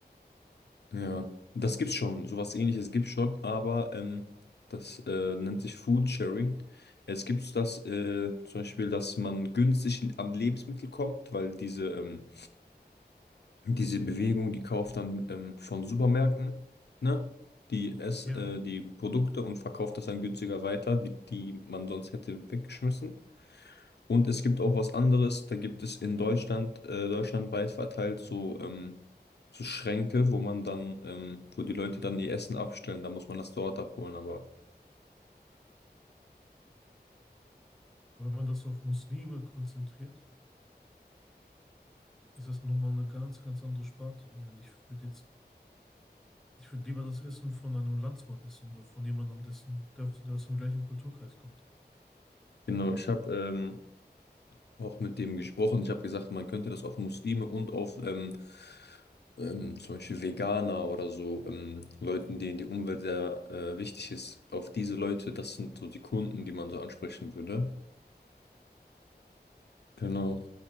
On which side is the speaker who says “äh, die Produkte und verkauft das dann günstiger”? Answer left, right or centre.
Left